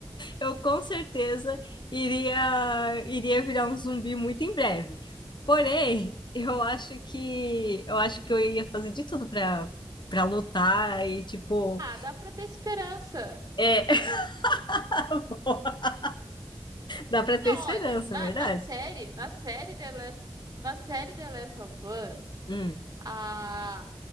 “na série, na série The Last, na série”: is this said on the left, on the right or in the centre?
Right